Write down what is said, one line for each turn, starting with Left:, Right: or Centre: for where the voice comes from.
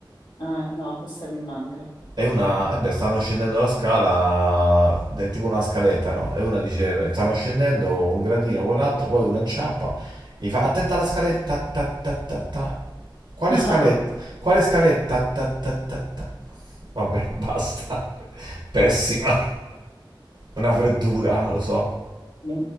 Left: ah, no, questa mi manca.
Right: E una, eh beh, stanno scendendo la scala, è tipo una scaletta, no? E una dice, stanno scendendo un gradino, quell'altro, poi uno inciampa, gli fa, attenta alla scaletta, ta, ta, ta, ta. Quale
Left: <laughs>
Right: scaletta? Quale scaletta? Ta, ta, ta, ta. Vabbè, <laughs> basta. Pessima. Una freddura, lo so.
Left: Sì.